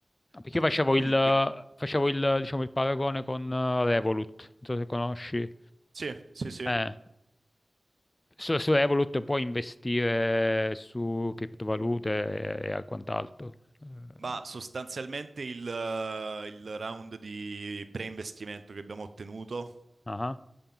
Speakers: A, on the left (about 30°); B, on the right (about 65°).
A: no, perché
B: <clears throat>
A: io facevo il,
B: Mm, qui.
A: facevo il, diciamo, il paragone con eh, Revolut, non so se conosci.
B: Sì, sì, sì.
A: Eh, su, su Revolut puoi investire su criptovalute e, e quant'altro. Eh,
B: Ma sostanzialmente il, eh, il round di pre-investimento che abbiamo ottenuto
A: ah.